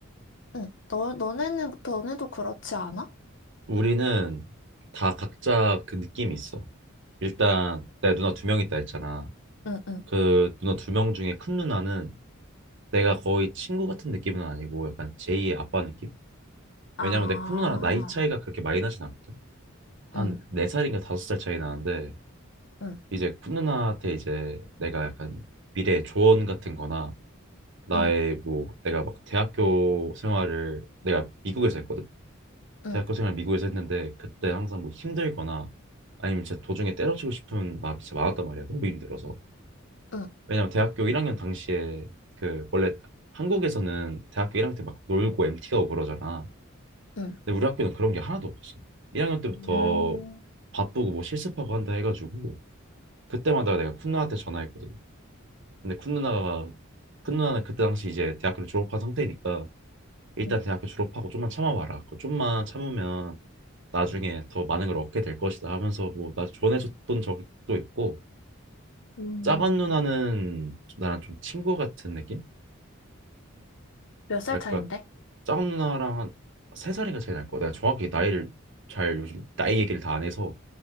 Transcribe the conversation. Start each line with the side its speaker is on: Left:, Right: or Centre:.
Left: 응, 너, 너네는, 너네도 그렇지 않아?
Right: 우리는 다 각자 그 느낌이 있어. 일단 내 누나 두 명 있다 했잖아.
Left: 응, 응.
Right: 그 누나 두 명 중에 큰 누나는 내가 거의 친구 같은 느낌은 아니고 약간 제2의 아빠 느낌?
Left: 아.
Right: 왜냐면 내 큰 누나랑 나이 차이가 그렇게 많이 나진 않거든. 한
Left: 응,
Right: 네살인가 다섯 살 차이 나는데
Left: 응,
Right: 이제 쿤누나한테 이제 내가 약간 미래 조언 같은 거나 나의
Left: 응,
Right: 뭐 내가 막 대학교 생활을 내가 미국에서 했거든.
Left: 응,
Right: 대학교 생활 미국에서 했는데 그때 항상 뭐 힘들거나 아니면 진짜 도중에 때려치고 싶은 마음이 진짜 많았단 말이야. 너무 힘들어서.
Left: 응,
Right: 왜냐면 대학교 1학년 당시에 그 원래 한국에서는 대학교 1학년 때 막 놀고 MT 가고 그러잖아.
Left: 응.
Right: 근데 우리 학교는 그런 게 하나도 없었어. 1학년 때부터
Left: 음,
Right: 바쁘고 뭐 실습하고 한다 해가지고 그때마다 내가 쿤나한테 전화했거든. 근데 큰 누나가 큰 누나는 그때 당시 이제 대학교를 졸업한 상태니까 일단
Left: 음,
Right: 대학교 졸업하고 좀만 참아봐라. 그 좀만 참으면 나중에 더 많은 걸 얻게 될 것이다 하면서 뭐나 조언해줬던 적도 있고
Left: 음,
Right: 작은 누나는 좀 나랑 좀 친구 같은 느낌?
Left: 몇 살
Right: 약간
Left: 차인데?
Right: 작은 누나랑 한 세 살인가 차이 날 거야. 내가 정확히 나이를 잘 요즘 나이 얘기를 다 안 해서